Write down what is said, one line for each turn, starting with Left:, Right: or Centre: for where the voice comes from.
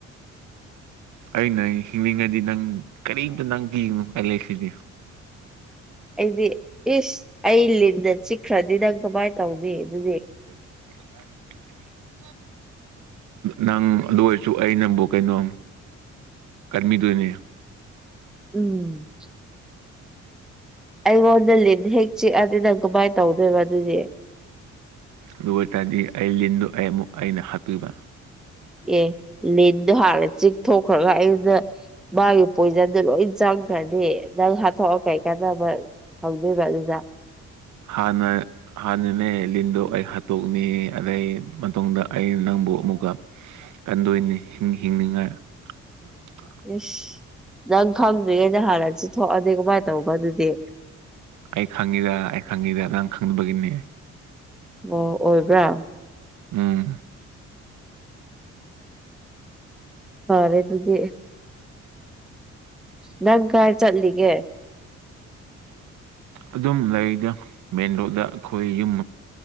Right: ꯑꯩꯅ ꯍꯤꯡꯂꯤꯉꯩꯗꯤ ꯅꯪ ꯀꯔꯤꯝꯇ ꯅꯪ ꯀꯤꯒꯅꯨ ꯑꯦ ꯂꯩꯁꯤꯗꯤ
Centre: ꯑꯩꯗꯤ ꯏꯁ ꯑꯩ ꯂꯤꯟꯅ ꯆꯤꯛꯈ꯭ꯔꯗꯤ ꯅꯪ ꯀꯃꯥꯏꯟ ꯇꯧꯅꯤ ꯑꯗꯨꯗꯤ
Right: <inaudible> ꯅꯪ ꯑꯗꯨ ꯑꯣꯏꯔꯁꯨ ꯑꯩꯅꯕꯨ ꯀꯩꯅꯣꯝ ꯀꯟꯕꯤꯗꯨꯅꯦ
Centre: ꯎꯝ ꯑꯩꯉꯣꯟꯗ ꯂꯤꯟ ꯍꯦꯛ ꯆꯤꯛꯑꯗꯤ ꯅꯪ ꯀꯃꯥꯏꯅ ꯇꯧꯗꯣꯏꯕ ꯑꯗꯨꯗꯤ
Right: ꯑꯗꯨ ꯑꯣꯏꯇꯥꯔꯗꯤ ꯑꯩ ꯂꯤꯟꯗꯣ ꯑꯩ ꯑꯃꯨꯛ ꯑꯩꯅ ꯍꯥꯠꯇꯣꯏꯕ
Centre: ꯑꯦ ꯂꯤꯟꯗꯣ ꯍꯥꯠꯂ ꯆꯤꯛꯊ‌ꯣꯛꯈ꯭ꯔꯒ ꯑꯩꯉ‌ꯣꯟꯗ ꯃꯥꯒꯤ ꯄꯣꯏꯖꯟꯗ‌ꯣ ꯂꯣꯏ ꯆꯪꯈ꯭ꯔꯗꯤ ꯅꯪ ꯍꯥꯠꯇꯣꯛꯑ ꯀꯩ ꯀꯥꯟꯅꯕ ꯍꯧꯗꯣꯢꯕ ꯑꯗꯨꯗ
Right: ꯍꯥꯟꯅ ꯍꯥꯟꯅꯅꯦ ꯂꯤꯟꯗꯣ ꯑꯩ ꯍꯥꯠꯇꯣꯛꯅꯤ ꯑꯗꯩ ꯃꯇꯨꯡꯗ ꯑ ꯅꯪꯕꯨ ꯑꯃꯨꯛꯀ ꯀꯟꯗꯣꯏꯅꯤ ꯍꯤꯡꯅꯤꯡꯉꯥꯏ <unintelligible>
Centre: ꯏꯁꯁ ꯅꯪ ꯈꯪꯗꯣꯏꯉꯅ ꯍꯥꯟꯅꯁꯨ ꯊꯣꯛꯑꯗꯤ ꯀꯃꯥꯏꯅ ꯇꯧꯕ ꯑꯗꯨꯗꯤ
Right: ꯑꯩ ꯈꯪꯉꯤꯗ ꯑꯩ ꯈꯪꯉꯤꯗ ꯅꯪ ꯈꯪꯅꯕꯒꯤꯅꯤ
Centre: ꯑꯣ ꯑꯣꯏꯕ꯭ꯔꯥ
Right: ꯎꯝ
Centre: ꯐꯔꯦ ꯑꯗꯨꯗꯤ ꯅꯪ ꯀꯥꯏ ꯆꯠꯂꯤꯒꯦ
Right: ꯑꯗꯨꯝ ꯂꯩꯔꯤꯗ ꯃꯦꯟ ꯔꯣꯗ ꯑꯩꯈꯣꯏ ꯌꯨꯝ